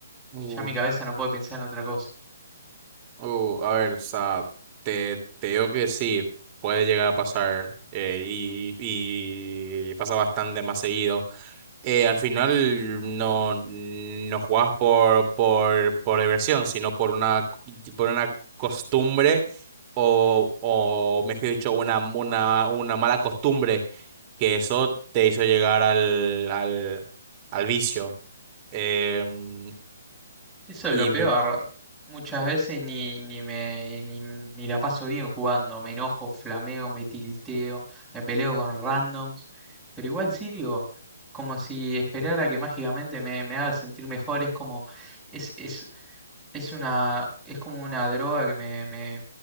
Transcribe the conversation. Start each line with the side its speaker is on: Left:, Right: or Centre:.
Right: uh,
Centre: Ya mi cabeza no puede pensar en otra cosa.
Right: uh, a ver, o sea, te, te digo que sí, puede llegar a pasar eh, y, y pasa bastante más seguido. eh, al final no, no jugabas por, por, por diversión, sino por una, por una costumbre o, o, mejor dicho, una, una, una mala costumbre que eso te hizo llegar al, al, al vicio. Em,
Centre: Eso
Right: y
Centre: es lo
Right: me-
Centre: peor. Muchas veces ni, ni me ni, ni la paso bien jugando. Me enojo, flameo, me tilteo, me peleo con randoms, pero igual sigo. Como si esperara que mágicamente me, me haga sentir mejor. Es como, es, es, es una, es como una droga que me, me,